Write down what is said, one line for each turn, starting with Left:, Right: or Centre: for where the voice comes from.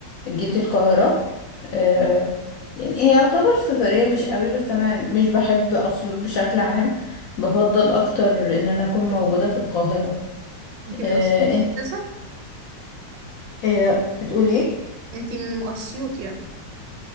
Left: جيت القاهره آه يعني هي يعتبر سفريه مش قوي بس انا مش بحب اسيوط بشكل عام بفضل اكتر ان انا اكون موجوده في القاهره
Right: انت من
Left: آه
Right: اسيوط
Left: انت
Right: اساسا؟
Left: آه بتقول ايه
Right: انت من اسيوط يعني